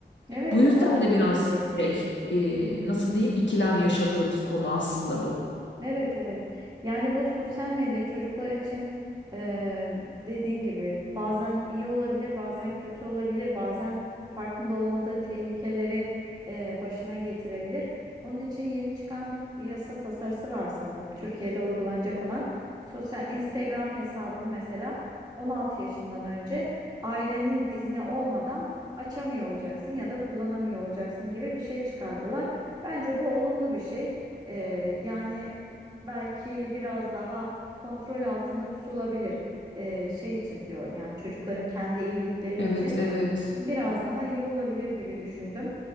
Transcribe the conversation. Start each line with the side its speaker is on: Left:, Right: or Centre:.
Right: Evet
Left: Bu yüzden
Right: ona da
Left: de
Right: katılıyorum.
Left: biraz şey e, nasıl diyeyim ikilem yaşadığımız konu aslında bu.
Right: Evet evet. Yani bu sosyal medya çocuklar için eee, dediğin gibi bazen iyi olabilir, bazen kötü olabilir, bazen farkında olmadığı tehlikeleri eee, başına getirebilir. Bunun için yeni çıkan bir yasa tasarısı var sanırım. Türkiye'de uygulanacak olan sosyal Instagram hesabını mesela 16 yaşından önce ailenin izni olmadan açamıyor olacaksın ya da kullanamıyor olacaksın gibi bir şey çıkardılar. Bence bu olumlu bir şey. Ee, yani belki biraz daha kontrol altında tutulabilir. Ee, şey için diyorum yani çocukların kendi iyilikleri
Left: Evet,
Right: için
Left: evet.
Right: biraz daha iyi olabilir gibi düşündüm.